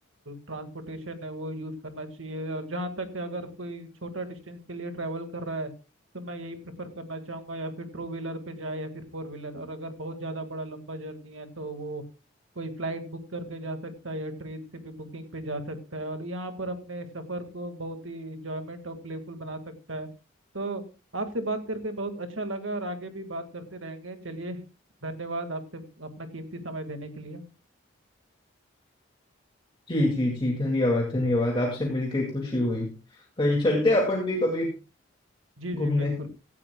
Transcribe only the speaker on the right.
ट्रांसपोर्टेशन है वो यूज़ करना चाहिए और जहाँ तक है, अगर कोई छोटा डिस्टेंस के लिए ट्रैवल कर रहा है तो मैं यही प्रेफर करना चाहूँगा या फिर टू व्हीलर पे जाए या फिर फोर व्हीलर और अगर बहुत ज़्यादा बड़ा लंबा जर्नी है तो वो कोई फ्लाइट बुक करके जा सकता है या ट्रेन से भी बुकिंग पे जा सकता है और यहाँ पर अपने सफ़र को बहुत ही इंजॉयमेंट और प्लेफुल बना सकता है तो आपसे बात करके बहुत अच्छा लगा और आगे भी बात करते रहेंगे चलिए धन्यवाद आपसे अपना कीमती समय देने के लिए
जी
जी बिल्कुल